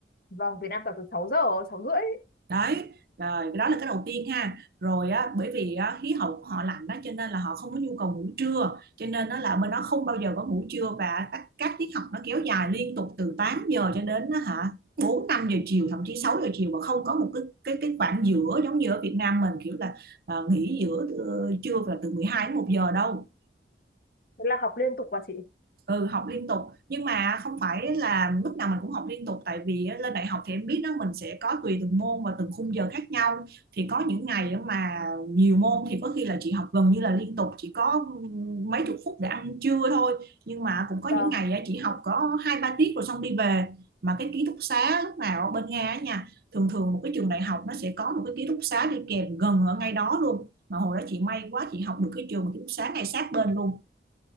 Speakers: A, on the left; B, on the right.
A: vâng Việt Nam toàn từ 6 giờ 6 rưỡi
B: đấy rồi cái đó là cái đầu tiên ha rồi á bởi vì á, khí hậu của họ lạnh đó cho nên là họ không có nhu cầu ngủ trưa cho nên nó là bên đó không bao giờ có ngủ trưa và các, các tiết học nó kéo dài liên tục từ 8 giờ cho đến á, hả 4 5 giờ chiều thậm chí 6 giờ chiều mà không có một cái cái cái khoảng giữa giống như ở Việt Nam mình kiểu là à, nghỉ giữa ờ, trưa và từ 12 đến một giờ đâu
A: thế là học liên tục mà chị
B: ừ học liên tục nhưng mà không phải là lúc nào mình cũng học liên tục tại vì á, lên đại học thì em biết đó mình sẽ có tùy từng môn và từng khung giờ khác nhau thì có những ngày á mà nhiều môn thì có khi là chị học gần như là liên tục chỉ có mấy chục phút để ăn trưa thôi nhưng mà cũng có
A: vâng
B: những ngày á, chị học có hai ba tiết rồi xong đi về mà cái ký túc xá lúc nào ở bên Nga á nha thường thường một cái trường đại học nó sẽ có một cái ký túc xá đi kèm gần ở ngay đó luôn mà hồi đó chị may quá chị học được cái trường ký túc xá ngay sát bên luôn